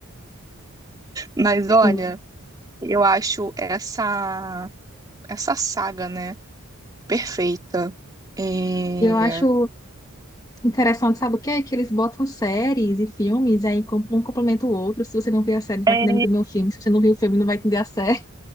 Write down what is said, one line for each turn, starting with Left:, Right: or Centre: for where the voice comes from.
Right: Mas olha,
Left: Sim.
Right: eu acho essa essa saga, né? Perfeita. É...
Left: E eu acho interessante, sabe o quê? Que eles botam séries e filmes, e aí com- um complementa o outro. Se você não viu a série, não
Right: É,
Left: vai entender muito bem o filme. Se você não viu o filme, não vai entender a série.